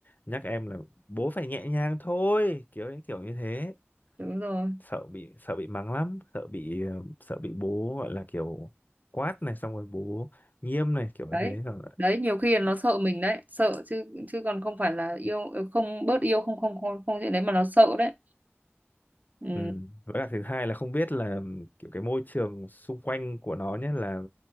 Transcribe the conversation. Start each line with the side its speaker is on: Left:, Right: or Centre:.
Left: nhắc em là bố phải nhẹ nhàng thôi kiểu ấy, kiểu như thế
Right: đúng rồi
Left: sợ bị sợ bị mắng lắm sợ bị ờ, sợ bị bố gọi là kiểu quát này xong rồi bố nghiêm này kiểu
Right: đấy
Left: như thế xong rồi,
Right: đấy nhiều khi là nó sợ mình đấy sợ chứ chứ còn không phải là yêu không bớt yêu không không không không chuyện đấy mà nó sợ đấy ừ.
Left: ừ. với cả thứ hai là không biết là kiểu cái môi trường xung quanh của nó nhé là